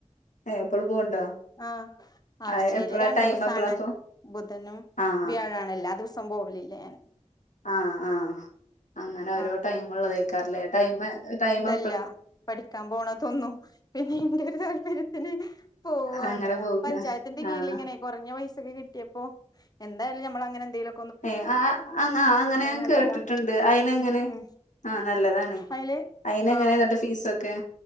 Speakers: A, on the left; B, on the left.
A: ഏഹ് എപ്പളും പോവ്ണ്ടോ
B: ആ ആഴ്ചയില്
A: ആഹ് എപ്പളാ
B: രണ്ടു
A: ടൈം
B: ദിവസാണ്
A: എപ്പളാപ്പൊ
B: ബുധനും
A: ആഹ്
B: വ്യാഴാണ് എല്ലാ ദിവസം പോവലില്ല ഞാന്
A: ആ ആ അങ്ങനെ ഓരോ
B: ആഹ്
A: ടൈമുള്ളതെക്കാറില്ലേ ടൈമ് ടൈമ്
B: ഇല്ല. പഠിക്കാൻ പോണതൊന്നും പിന്നെൻറെ ഒരു താല്പര്യത്തിന് പോവാണ്
A: അങ്ങനെ പോക
B: പഞ്ചായത്തിന്റെ കീഴിൽലിങ്ങനെ
A: ആഹ്
B: കുറഞ്ഞ പൈസക്ക് കിട്ടിയപ്പോ എന്തായാലും നമ്മൾ അങ്ങനെ എന്തെലും
A: ഏയ് ആ അ അങ്ങനെ ഞാൻ
B: നല്ലതാണ്
A: കേട്ടിട്ടുണ്ട് അയിന് എങ്ങനെ
B: ഉം
A: ആ നല്ലതാണ്
B: അയില്
A: അയിന് എങ്ങനാന്നിട്ട്
B: ആഹ്
A: ഫീസൊക്കെ?